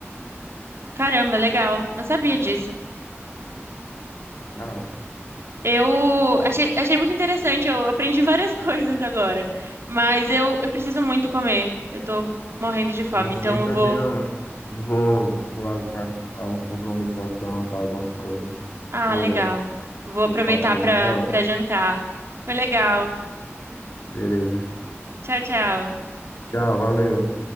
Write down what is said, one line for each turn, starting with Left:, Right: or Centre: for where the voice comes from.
Right: caramba, legal. Não sabia disso.
Left: Da hora.
Right: Eu achei, achei muito interessante, eu aprendi várias <laughs> coisas agora. Mas eu, eu preciso muito comer. Eu tô morrendo de fome,
Left: Sim, sim,
Right: então
Left: eu
Right: eu
Left: também
Right: vou.
Left: ó, vou, vou para alguns compromissos aqui, anotar algumas coisas.
Right: Ah,
Left: Valeu,
Right: legal. Vou aproveitar
Left: o papo aí,
Right: para
Left: muito da hora.
Right: para jantar. Foi legal.
Left: Beleza.
Right: Tchau, tchau.
Left: Tchau, valeu.